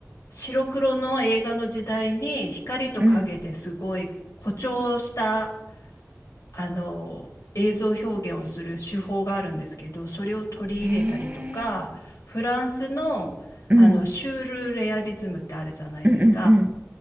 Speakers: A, on the left (about 85°); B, on the right (about 30°).
A: 白黒の映画の時代に光と影ですごい誇張した
B: うんうん
A: あの映像表現をする手法があるんですけどそれを取り入れたりとかフランスの、
B: へえーうん
A: あのシュールレアリズムってあるじゃないですか。
B: うんうんうん